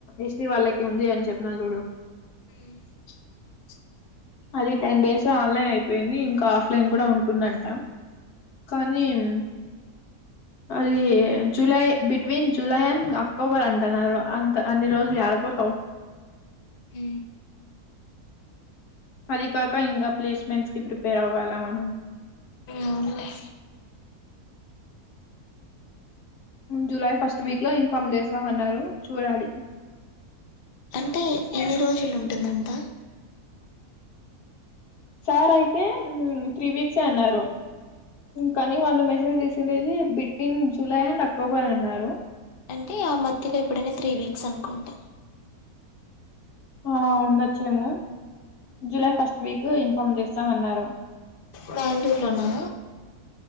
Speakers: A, on the left; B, on the left.
A: ఎస్టీ వాళ్ళకి ఉంది అని చెప్పినను చూడు
B: ఉ
A: అది టెన్ డేస్ ఆన్లైన్ అయిపోయింది ఇంకా ఆఫ్లైన్ కూడా ఉంటుందంట కానీమ్ అది July between July and October అంటున్నారు అంత అన్ని రోజులు ఆడపోతావు
B: ఆ
A: పది కాక ఇంకా ప్లేస్మెంట్ ప్రిపేర్ అవ్వాలా మనం
B: అవునులే
A: జూలై ఫస్ట్ వీక్ లో ఇన్ఫార్మ్ చేస్తామన్నారు చూడాలి
B: అంటే ఎన్ని రోజులు ఉంటుందంట
A: సార్ అయితే త్రీ వీక్స్ అన్నారు కానీ వాళ్ళు మెసేజ్ టేజీ బిట్వీన్ జూలై అండ్ అక్టోబర్ అన్నారు
B: అంటే ఆ మధ్యలో ఎప్పుడైనా త్రీ వీక్స్ అనుకుంటా
A: ఆ ఉండొచ్చేమో జూలై ఫస్ట్ వీక్ ఇన్ఫార్మ్ చేస్తామన్నారు
B: బెంగళూరులో నా